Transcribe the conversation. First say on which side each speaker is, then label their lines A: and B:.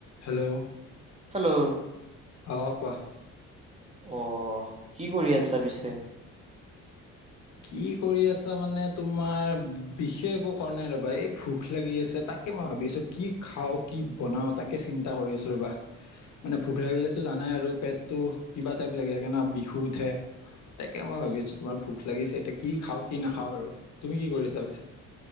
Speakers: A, on the left; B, on the right.
A: Hello?
B: Hello.
A: অ কোৱা?
B: অ কি কৰি আছা পিছে?
A: কি কৰি আছা মানে তোমাৰ বিশেষ একো কৰা নাই ৰ'বা এই ভোক লাগি আছে তাক তাকে মই ভাবিছোঁ কি খাওঁ কি বনাওঁ তাকে চিন্তা কৰি আছোঁ ৰবা। মানে ভোক লাগিলেটো জানাই আৰু পেটটো কিবা টাইপ লাগি থাকে ন? বিহুত তে, তাকে মই ভাবি আছোঁ তোমাৰ ভোক -- লাগিছে এতিয়া কি খাওঁ কি নাখাওঁ আৰু তুমি কি কৰি আছা পিছে?